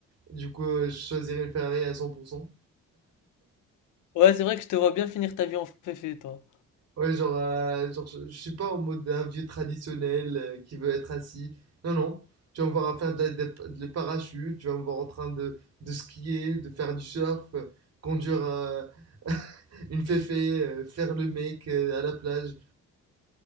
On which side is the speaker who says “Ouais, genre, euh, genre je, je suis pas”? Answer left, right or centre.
Right